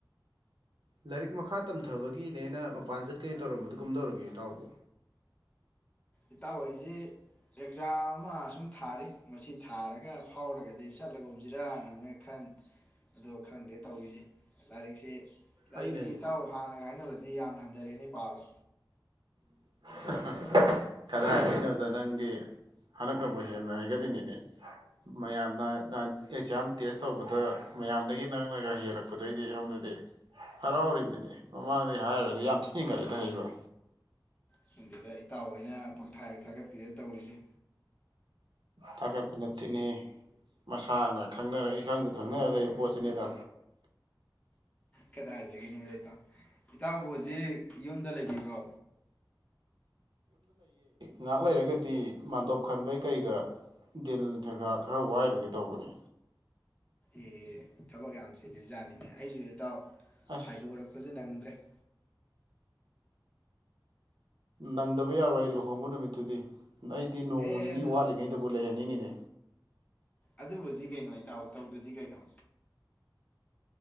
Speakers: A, on the right (about 75°); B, on the left (about 20°).
A: ꯂꯥꯏꯔꯤꯛ ꯃꯈꯥ ꯇꯝꯊꯕꯒꯤꯅꯦꯅ ꯃꯄꯥꯟ ꯆꯠꯀꯅꯤ ꯇꯧꯔꯝꯕꯗꯣ ꯀꯝꯗꯧꯔꯒꯦ ꯇꯥꯎꯕꯣ꯫
B: ꯏꯇꯥꯎ ꯑꯩꯁꯦ ꯑꯦꯛꯖꯥꯝ ꯑꯃ ꯁꯨꯝ ꯊꯥꯔꯤ ꯃꯁꯤ ꯊꯥꯔꯒ ꯐꯥꯎꯔꯒꯗꯤ ꯆꯠꯂꯒꯨꯝꯖꯤꯔꯥꯅ ꯑꯃꯨꯛꯍꯦꯛ ꯈꯟ ꯑꯗꯣ ꯈꯪꯗꯦ ꯇꯧꯔꯤꯁꯦ ꯂꯥꯏꯔꯤꯛꯁꯦ ꯂꯥꯏꯔꯤꯛꯁꯤ
A: ꯑꯩꯅꯗꯤ
B: ꯏꯇꯥꯎ ꯍꯥꯟꯅꯒ ꯍꯥꯏꯅꯔꯨꯔ <unintelligible> ꯌꯥꯝꯅ ꯍꯟꯊꯔꯦꯅꯦ ꯄꯥꯕ꯫
A: <unintelligible> ꯀꯗꯥꯏꯗꯩꯅꯣꯗ ꯅꯪꯗꯤ ꯍꯟꯗꯛꯅꯕꯨ ꯍꯦꯟꯅ ꯍꯩꯒꯠꯂꯤꯅꯤꯅꯦ ꯃꯌꯥꯝꯅ ꯅꯍꯥꯟ ꯑꯦꯛꯖꯥꯝ ꯇꯦꯁ ꯇꯧꯕꯗ ꯃꯌꯥꯝꯗꯒꯤ ꯅꯪꯅꯒ ꯍꯦꯜꯂꯛꯄꯗꯨ ꯑꯩꯗꯤ ꯁꯣꯝꯗꯗꯤ ꯍꯔꯥꯎꯔꯤꯕꯅꯤꯅꯦ ꯃꯃꯥꯡꯗꯩ ꯍꯥꯏꯔꯗꯤ ꯌꯥꯝ ꯊꯤ ꯍꯦꯟꯒꯠꯂꯦꯗ ꯍꯩꯕ꯫
B: ꯈꯪꯗꯦꯗ ꯏꯇꯥꯎ ꯍꯣꯏꯅ ꯄꯪꯊꯥꯍꯦꯛ ꯊꯥꯒꯠꯄꯤꯔꯦ ꯇꯧꯔꯤꯖꯦ꯫
A: ꯊꯥꯒꯠꯄ ꯅꯠꯇꯦꯅꯦ ꯃꯁꯥꯅ ꯈꯪꯅꯔ ꯏꯈꯪꯗ ꯈꯪꯅꯔ ꯂꯩꯕ ꯄꯣꯠꯁꯤꯅꯦꯗ꯫
B: ꯀꯗꯥꯏꯗꯒꯤꯅꯣꯗ ꯏꯇꯥꯎ ꯏꯇꯥꯎꯕꯨ ꯍꯧꯖꯤꯛ ꯌꯨꯝꯗ ꯂꯩꯕꯤꯕ꯭ꯔꯣ꯫
A: ꯉꯍꯥꯛ ꯂꯩꯔꯒꯗꯤ ꯃꯥꯟꯗꯣꯞ ꯈꯟꯕꯩ ꯀꯩꯒ ꯗꯤꯟ ꯈꯔ ꯈ ꯈꯔ ꯋꯥꯏꯔꯨꯒꯦ ꯇꯧꯕꯅꯦ꯫
B: ꯑꯦ ꯊꯕꯛ ꯌꯥꯝ ꯆꯤꯜ ꯖꯥꯠꯅꯤꯅꯦ ꯑꯩꯁꯨ ꯏꯇꯥꯎ꯫
A: ꯑꯁ
B: ꯍꯥꯏꯗꯣꯔꯛꯄꯁꯦ ꯅꯪꯗ꯭ꯔ ꯑꯍ
A: ꯅꯪꯗꯕ ꯌꯥꯔꯣꯏ ꯂꯨꯍꯣꯡꯕ ꯅꯨꯃꯤꯠꯇꯨꯗꯤ꯫ ꯑꯩꯗꯤ ꯅꯣꯡꯃ
B: ꯑꯦ
A: ꯅꯤꯅꯤ
B: ꯑꯗꯨ
A: ꯋꯥꯠꯂꯤꯉꯩꯗꯕꯨ ꯂꯩꯍꯟꯅꯤꯡꯉꯤꯅꯦ꯫
B: ꯑꯗꯨꯕꯨꯗꯤ ꯀꯩꯅꯣ ꯏꯇꯥꯎ ꯇꯧꯗꯗꯤ ꯀꯩꯅꯣ꯫